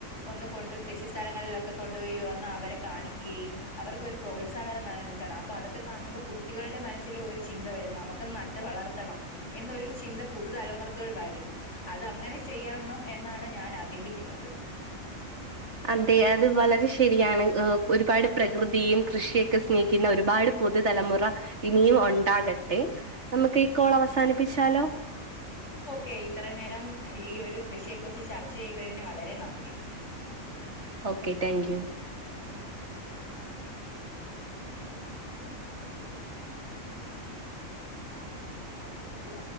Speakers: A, on the left; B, on the right.
A: ഒന്ന് കൊണ്ട് കൃഷി സ്ഥലങ്ങളിലൊക്കെ കൊണ്ടുപോയിന്ന അവരെ കാണിക്കുകയും അവർക്കൊരു പ്രോത്സാഹനം നൽക്കണം അപ്പോ അതൊക്കെ കാണുമ്പോ കുട്ടികളുടെ മനസ്സിൽ ഒരു ചിന്ത വരുന്ന നമുക്ക് നട്ട് വളർത്തണം എന്നൊരു ഇ പുതുതലമുറക്കകൾ വരും അത് അങ്ങനെ ചെയ്യണം എന്നാണ് ഞാൻ ആഗ്രഹിക്കുന്നത്
B: അതെ അത് വളരെ ശരിയാണ് ഒരുപാട് പ്രകൃതിയും കൃഷിയൊക്കെ സ്നേഹിക്കുന്ന ഒരുപാട് പുതുതലമുറ ഇനിയും ഉണ്ടാകട്ടെ നമുക്ക് ക്കൾ അവസാനിപ്പിച്ചാലോ
A: ഓക്കെ ഇത്ര നേരം ഈ ഒരു കൃഷിയെ കുറിച്ച് ചർച്ച ചെയ്തതിന് വളരെ നന്ദി
B: ഓക്കെ താങ്ക് യൂ
A: ആ പച്ചക്കയ